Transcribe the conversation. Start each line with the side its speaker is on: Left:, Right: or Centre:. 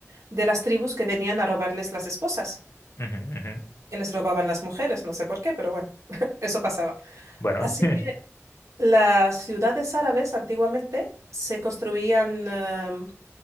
Right: de las tribus que venían a robarles las esposas.
Left: ujú, ujú.
Right: Y les robaban las mujeres, no sé por qué, pero bueno, <laughs> eso pasaba.
Left: Bueno,
Right: Así
Left: <laughs>
Right: que las ciudades árabes antiguamente se construían em,